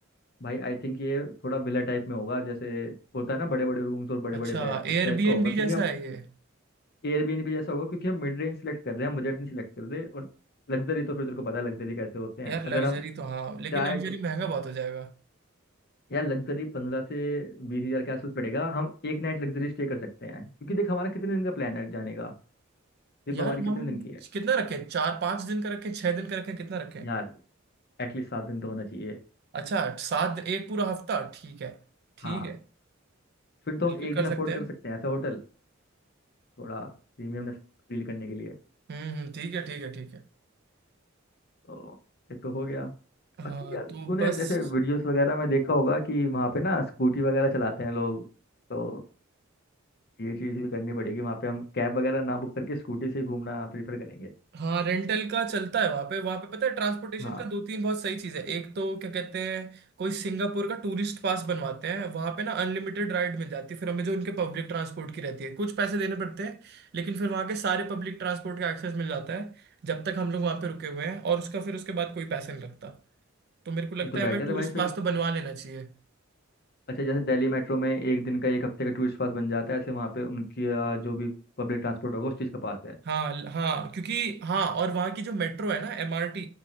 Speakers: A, on the left (about 50°); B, on the right (about 50°).
A: भाई आई थिंक ये थोड़ा विला टाइप में होगा जैसे होता है ना बड़े बड़े रूम्स और बड़े
B: अच्छा
A: बड़े बेड उस
B: एयरबीएनबी
A: टाइप का होगा क्योंकि
B: जैसा
A: हम
B: है ये
A: एयरबीएनबी जैसा होगा क्योंकि हम मिड रेंज सिलेक्ट कर रहे हैं हम बजट नहीं सिलेक्ट कर रहे और लग्जरी तो फिर तेरे को पता है लग्जरी कैसे होते हैं
B: यार लग्जरी
A: अगर हम
B: तो हाँ लेकिन
A: चाहे
B: लग्जरी
A: तो
B: महंगा बहुत हो जाएगा
A: यार लग्जरी पंद्रह से बीस हजार के आसपास पड़ेगा हम एक नाइट लग्जरी स्टे कर सकते हैं क्योंकि देख हमारा कितने दिन का प्लान है जाने का ट्रिप
B: यार
A: हमारी कितने
B: हम
A: दिन की है
B: कितना रखें चार पांच दिन का रखें छह दिन का रखें कितना रखें
A: यार एटलीस्ट सात दिन तो होना चाहिए
B: अच्छा सात दिन एक पूरा हफ्ता ठीक है ठीक
A: हाँ
B: है
A: फिर तो
B: बिल्कुल
A: हम एक
B: कर
A: दिन अफोर्ड
B: सकते हैं
A: कर सकते हैं ऐसा होटल थोड़ा प्रीमियमनेस फील करने के लिए
B: हम्म हम्म, ठीक है ठीक है ठीक है
A: तो ये तो हो गया
B: हाँ
A: बाकी यार
B: तो
A: तूने
B: बस
A: जैसे वीडियोस वगैरह में देखा होगा कि वहाँ पे ना स्कूटी वगैरह चलाते हैं लोग तो ये चीज़ भी करनी पड़ेगी वहाँ पे हम कैब वगैरह ना बुक करके स्कूटी से ही घूमना प्रीफर करेंगे
B: हाँ रेंटल का चलता है वहाँ पे वहाँ पे पता है ट्रांसपोर्टेशन
A: हाँ
B: का दो तीन बहुत सही चीज़ है एक तो क्या कहते हैं कोई सिंगापुर का टूरिस्ट पास बनवाते हैं वहाँ पे ना अनलिमिटेड राइड मिल जाती है फिर हमें जो उनके पब्लिक ट्रांसपोर्ट की रहती है कुछ पैसे देने पड़ते हैं लेकिन फिर वहाँ के सारे पब्लिक ट्रांसपोर्ट का एक्सेस मिल जाता है जब तक हम लोग वहाँ पे रुके हुए हैं और उसका फिर उसके बाद कोई पैसा नहीं लगता तो मेरे को लगता
A: ये तो बेटर
B: है हमें टूरिस्ट
A: है भाई
B: पास
A: फिर
B: तो बनवा लेना चाहिए
A: अच्छा जैसे दिल्ली मेट्रो में एक दिन का एक हफ्ते का टूरिस्ट पास बन जाता है ऐसे वहाँ पे उनकी आ, जो भी पब्लिक ट्रांसपोर्ट होगा उस चीज़ का पास है
B: हाँ हाँ क्योंकि हाँ और वहाँ की जो मेट्रो है ना एमआरटी